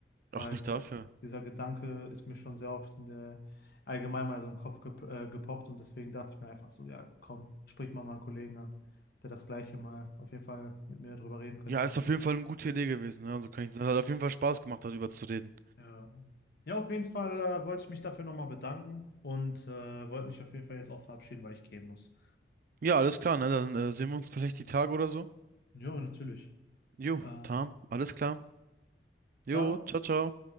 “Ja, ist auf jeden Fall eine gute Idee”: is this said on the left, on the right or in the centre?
Right